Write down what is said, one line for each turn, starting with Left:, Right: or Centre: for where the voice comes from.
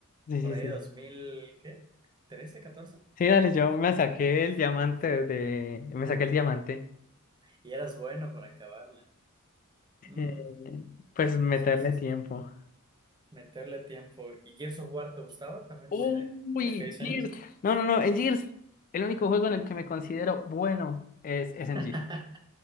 Left: Sí, sí,
Right: por ahí
Left: sí.
Right: de 2000 ¿qué? trece catorce
Left: Sí, dale, yo me saqué el diamante de... Me saqué el diamante.
Right: Y eras bueno para acabarla. Mm,
Left: Eh, pues meterle
Right: sí, sí,
Left: tiempo.
Right: meterle tiempo. ¿Y Gears of War te gustaba también
Left: Uy,
Right: muy de, de aquellos
Left: Gears.
Right: años?
Left: No, no, no, en Gears, el único juego en el que me considero bueno es, es en
Right: <laughs>
Left: Gears.